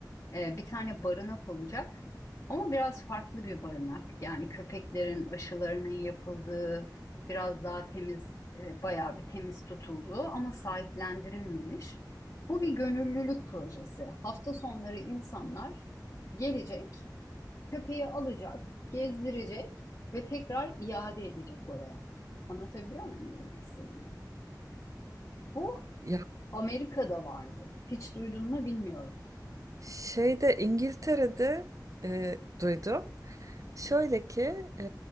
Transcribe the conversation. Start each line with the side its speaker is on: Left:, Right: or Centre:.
Left: e, bir tane barınak olacak. Ama biraz farklı bir barınak. Yani köpeklerin aşılarının yapıldığı, biraz daha temiz, e, bayağı bir temiz tutulduğu ama sahiplendirilmemiş. Bu bir gönüllülük projesi. Hafta sonları insanlar gelecek, köpeği alacak, gezdirecek ve tekrar iade edecek oraya. Anlatabiliyor muyum ne demek istediğimi? Bu
Right: Ya
Left: Amerika'da vardı. Hiç duydun mu bilmiyorum.
Right: şeyde İngiltere'de e, duydum. Şöyle ki e,